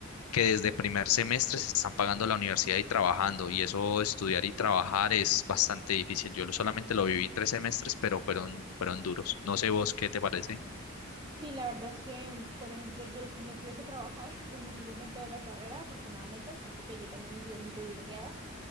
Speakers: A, on the left (about 85°); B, on the right (about 20°).
A: que desde primer semestre se están pagando la universidad y trabajando, y eso estudiar y trabajar es bastante difícil. Yo lo- solamente lo viví tres semestres, pero fueron, fueron duros. No sé vos qué te parece.
B: Sí, la verdad es que, por ejemplo, yo sí no tuve que trabajar <laughs> en ningún momento de la carrera, afortunadamente. Siento que yo también he sido muy privilegiada.